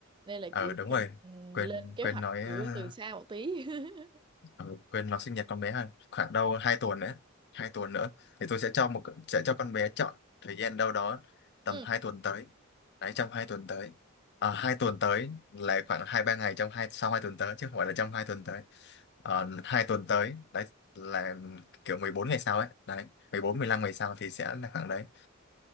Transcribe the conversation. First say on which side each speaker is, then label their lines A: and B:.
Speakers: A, on the right; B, on the left.
A: nên là
B: ờ
A: kiểu
B: đúng
A: mình
B: rồi
A: ừ,
B: quên
A: lên kế
B: quên
A: hoạch
B: nói
A: kiểu
B: à,
A: từ xa một tí <laughs>
B: Ừ, quên nó sinh nhật con bé ha khoảng đâu hai tuần nữa hai tuần nữa thì tôi sẽ cho một sẽ cho con bé chọn thời gian đâu đó tầm
A: Ừ.
B: hai tuần tới đấy trong hai tuần tới à, hai tuần tới là khoảng hai ba ngày trong hai sau hai tuần tới chứ không phải là trong hai tuần tới Ờ, hai tuần tới đấy là kiểu 14 ngày sau ấy đấy mười bốn mười lăm ngày sau thì sẽ là khoảng đấy